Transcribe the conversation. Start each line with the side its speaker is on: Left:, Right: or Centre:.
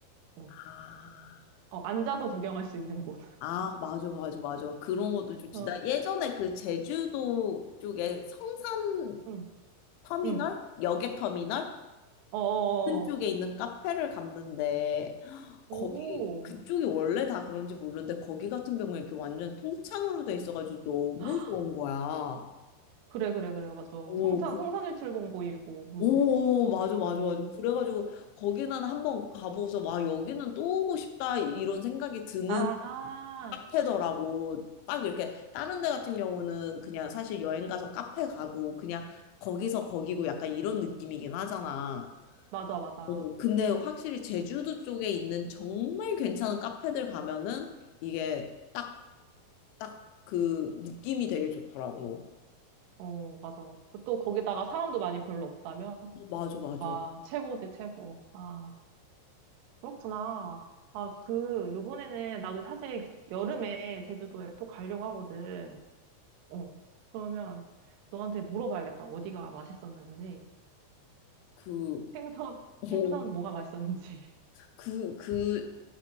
Right: 어,
Left: 아,
Right: 어, 앉아서 구경할 수 있는 곳.
Left: 아, 맞아, 맞아, 맞아. 그런 것도
Right: <laughs>
Left: 좋지.
Right: 어,
Left: 나 예전에 그 제주도 쪽에 성산
Right: 응,
Left: 터미널?
Right: 응.
Left: 여객 터미널?
Right: 어, 어,
Left: 그쪽에
Right: 어.
Left: 있는 카페를 갔는데,
Right: 오.
Left: 거기, 그쪽이 원래 다 그런지 모르는데, 거기 같은 경우에 이렇게 완전 통창으로 돼 있어가지고 너무
Right: <gasps>
Left: 좋은 거야.
Right: 그래, 그래, 그래, 맞아.
Left: 오,
Right: 성산, 성산일출봉 보이고, 그지?
Left: 오, 맞아, 맞아,
Right: 어.
Left: 맞아. 그래가지고 거기는 한번 가보고서 와, 여기는 또 오고 싶다 이런 생각이 드는
Right: 아,
Left: 카페더라고. 딱 이렇게 다른 데 같은 경우는 그냥 사실 여행 가서 카페 가도 그냥 거기서 거기고 약간 이런 느낌이긴 하잖아.
Right: 맞아, 맞아.
Left: 어, 근데 확실히 제주도 쪽에 있는 정말 괜찮은 카페들 가면은 이게 딱, 딱 그 느낌이 되게 좋더라고.
Right: 어, 맞아. 그 또 거기다가 사람도 많이 별로 없다면?
Left: 어, 맞아, 맞아.
Right: 와, 최고지, 최고. 아, 그렇구나. 아, 그, 요번에는 나도 사실 여름에 제주도에 또 가려고 하거든. 어, 그러면 너한테 물어봐야겠다. 어디가 맛있었는지.
Left: 그,
Right: 생선,
Left: 어,
Right: 생선 뭐가 맛있었는지. <laughs>
Left: 그, 그,